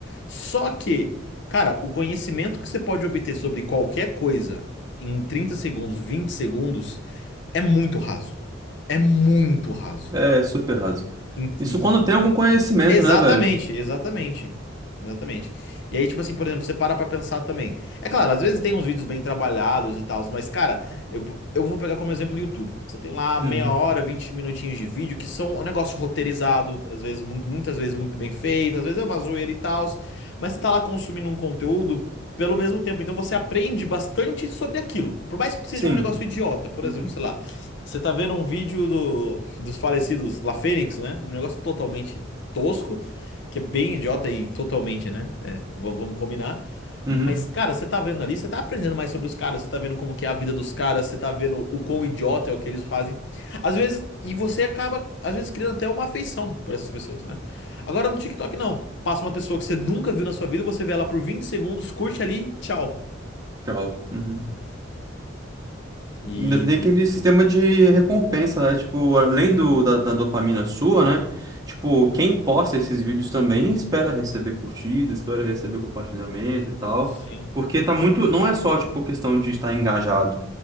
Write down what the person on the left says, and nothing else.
Só que, cara, o conhecimento que você pode obter sobre qualquer coisa em 30 segundos, 20 segundos, é muito raso. É muito raso.
E,
e
Exatamente,
exatamente. Exatamente. E aí, tipo assim, por exemplo, você para pra pensar também. É claro, às vezes tem uns vídeos bem trabalhados e tal, mas, cara, eu, eu vou pegar como exemplo o YouTube. Você tem lá meia
hora, 20 minutinhos de vídeo que são um negócio roteirizado, às vezes, muito, muitas vezes muito bem feito, às vezes é uma zoeira e tal, mas você tá lá consumindo um conteúdo pelo mesmo tempo, então você aprende bastante sobre aquilo. Por mais que seja
um negócio idiota, por
exemplo, sei lá. Você tá vendo um vídeo do, dos falecidos La Fênix, né? Um negócio totalmente tosco, que é bem idiota e totalmente, né? É, v- vamos combinar.
Mas, cara, você tá vendo ali, você tá aprendendo mais sobre os caras, você tá vendo como que é a vida dos caras, você tá vendo o quão idiota é o que eles fazem. Às vezes, e você acaba, às vezes, criando até uma afeição por essas pessoas, né? Agora no TikTok, não. Passa uma pessoa que você nunca viu na sua vida, você vê ela por vinte segundos, curte ali, tchau.
E.
Sim,